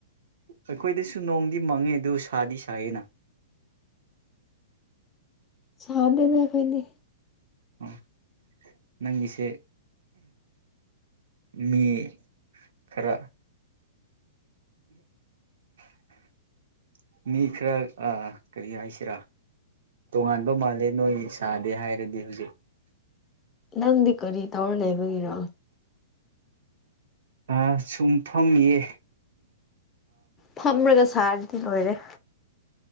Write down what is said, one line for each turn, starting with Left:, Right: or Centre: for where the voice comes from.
Right: ꯑꯩꯈꯣꯏꯗꯁꯨ ꯅꯣꯡꯗꯤ ꯃꯪꯉꯦ ꯑꯗꯨ ꯁꯥꯗꯤ ꯁꯥꯏꯌꯦꯅ
Left: ꯁꯥꯟꯗꯅ ꯀꯣꯏꯅꯤ
Right: ꯑꯣ ꯅꯪꯒꯤꯁꯦ ꯃꯤ ꯈꯔ <inaudible> ꯃꯤ ꯈꯔ ꯀꯔꯤ ꯍꯥꯏꯁꯤꯔꯥ ꯇꯣꯉꯥꯟꯕ ꯃꯥꯜꯂꯦ ꯅꯣꯏ ꯁꯥꯗꯦ ꯍꯥꯏꯔꯗꯤ ꯍꯧꯖꯤꯛ
Left: ꯅꯪꯗꯤ ꯀꯔꯤ ꯇꯧꯔ ꯂꯩꯕꯒꯤꯔꯣ
Right: ꯑ ꯁꯨꯝ ꯐꯝꯌꯦ
Left: ꯐꯝꯃꯔꯒ ꯁꯥꯔꯗꯤ ꯑꯣꯏꯔꯦ